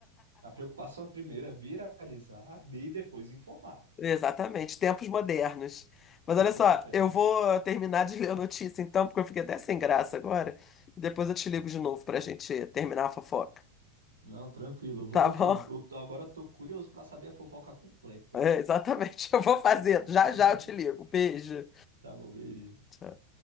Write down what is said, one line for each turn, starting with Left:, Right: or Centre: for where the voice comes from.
Right: A preocupação primeiro é viralizar e depois informar.
Left: Exatamente, tempos modernos. Mas
Right: Tempos
Left: olha só,
Right: modernos.
Left: eu vou terminar de ler a notícia então, porque eu fiquei até sem graça agora. Depois eu te ligo de novo para a gente terminar a fofoca.
Right: Não, tranquilo. Eu vou,
Left: Tá bom?
Right: eu tô- agora eu tô curioso para saber a fofoca completa.
Left: É, exatamente. <laughs> Eu vou fazer.
Right: <laughs>
Left: Já já eu te ligo. Beijo.
Right: Tá bom, beijo.
Left: Tchau.